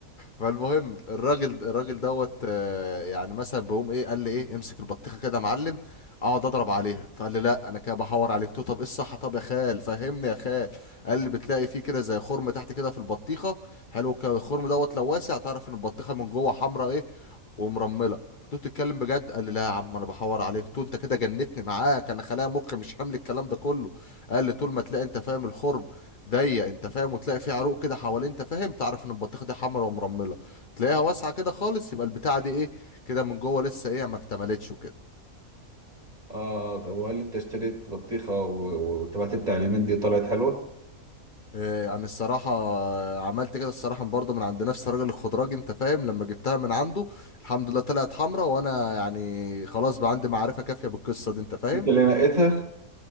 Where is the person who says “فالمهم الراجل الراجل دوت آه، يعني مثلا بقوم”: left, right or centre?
Left